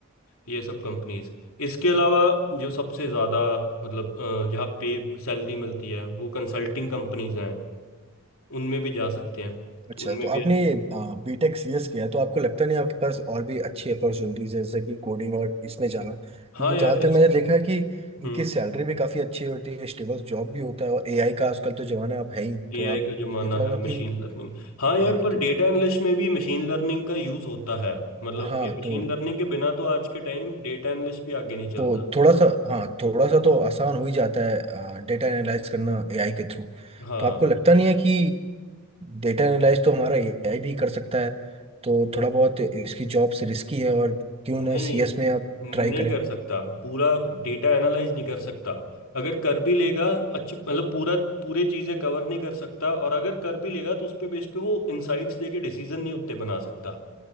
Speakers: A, on the left; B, on the right.
A: ये सब कंपनीज इसके अलावा जो सबसे ज़्यादा मतलब अ, जहाँ पे सैलरी मिलती है वो कंसल्टिंग कंपनीज हैं उनमें भी जा सकते हैं
B: अच्छा
A: तो उनमें
B: तो आपने
A: भी
B: बीटेक सीएस किया तो आपको लगता नहीं आपके पास और भी अच्छी अपॉर्चुनिटीज है जैसे कि कोडिंग और इसमें जाना क्योंकि
A: हाँ यार
B: जहाँ
A: इस
B: तक मैंने देखा है कि इनकी
A: हम्म
B: सैलरी भी काफ़ी अच्छी होती है स्टेबल जॉब भी होता है और एआई का आजकल तो जमाना आप है ही
A: एआई
B: तो आप
A: का जमाना
B: देखा
A: है
B: होगा
A: मशीन
B: कि
A: लर्निंग हाँ यार
B: हाँ
A: पर
B: कि
A: डेटा एनालिस्ट में भी मशीन लर्निंग का यूज़ होता है मतलब
B: हाँ
A: ये मशीन
B: तो
A: लर्निंग के बिना तो आज के टाइम डेटा एनालिस्ट भी आगे नहीं चलता
B: तो थोड़ा सा हाँ थोड़ा सा तो आसान हो ही जाता है डेटा एनालाइज करना एआई के थ्रू
A: हाँ
B: तो आपको लगता नहीं है कि डेटा एनालाइज तो हमारा एआई भी कर सकता है तो थोड़ा बहुत इसकी जॉब से रिस्की है और क्यों
A: नहीं
B: ना सीएस में आप ट्राई
A: नहीं
B: करें
A: कर सकता पूरा डेटा एनालाइज नहीं कर सकता अगर कर भी लेगा अच्छी मतलब पूरा पूरे चीजें कवर नहीं कर सकता और अगर कर भी लेगा तो उस पे बेस पे वो इनसाइट्स देके डिसीजन नहीं उतने बना सकता